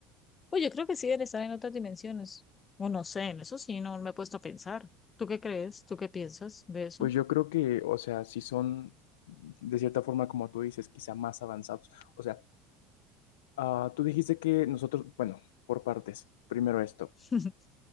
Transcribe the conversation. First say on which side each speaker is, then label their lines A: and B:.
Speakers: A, on the left; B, on the left.
A: Pues yo creo que sí deben estar en otras dimensiones, o no sé, en eso sí no me he puesto a pensar. ¿Tú qué crees? ¿Tú qué piensas de eso?
B: Pues yo creo que, o sea, si son de cierta forma, como tú dices, quizá más avanzados. O sea, ah, tú dijiste que nosotros, bueno, por partes, primero esto.
A: <laughs>